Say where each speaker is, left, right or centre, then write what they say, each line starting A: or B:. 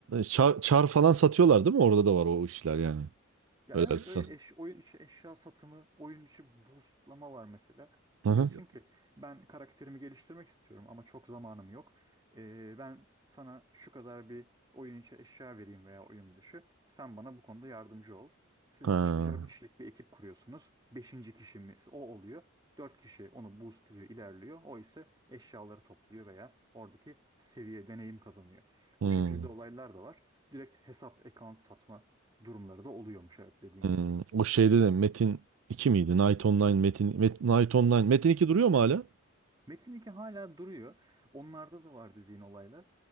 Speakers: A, on the right; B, on the right.
A: Çar, çar falan satıyorlar değil mi? Orada da var o işler yani.
B: Ya
A: Öyle
B: evet
A: sa-
B: öyle eş, oyun içi eşya satımı, oyun içi boostlama var mesela.
A: Hı hı.
B: Diyorsun ki ben karakterimi geliştirmek istiyorum ama çok zamanım yok. Ee, ben sana şu kadar bir oyun içi eşya vereyim veya oyun dışı. Sen bana bu konuda yardımcı ol. Siz
A: Ha.
B: işte 4 kişilik bir ekip kuruyorsunuz. Beşinci kişimiz o oluyor. 4 kişi onu boostluyor, ilerliyor. O ise eşyaları topluyor veya oradaki seviye, deneyim kazanıyor.
A: Hı.
B: Bu şekilde olaylar da var. Direkt hesap, account satma durumları da oluyormuş evet dediğin
A: Hmm,
B: gibi.
A: o şeyde de Metin iki miydi? Night Online, Metin, Met, Night Online. Metin iki duruyor mu hala?
B: Metin iki hala duruyor. Onlarda da var dediğin olaylar.